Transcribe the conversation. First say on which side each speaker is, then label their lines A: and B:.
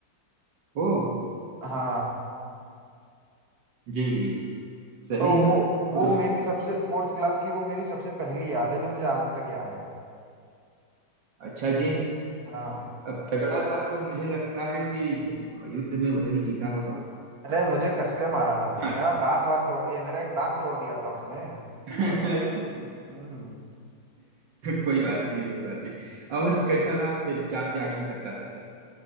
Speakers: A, on the right; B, on the right.
A: ओह
B: हाँ
A: जी जी सही
B: तो
A: है
B: वो वो
A: तो
B: मेरी सबसे फोर्थ क्लास की वो मेरी सबसे पहली याद है जो मुझे आज तक याद है
A: अच्छा जी
B: हाँ
A: अब तगड़ा था तो मुझे लगता है कि युद्ध में वही जीता होगा
B: अरे मुझे कसके मारा था भैया
A: हाँ।
B: दांत वात तोड़ ए, मेरा एक दांत तोड़ दिया था उसने
A: <laughs>
B: हम्म
A: कोई बात नहीं कोई बात नहीं और कैसा रहा फिर चार से आठवीं तक का सफर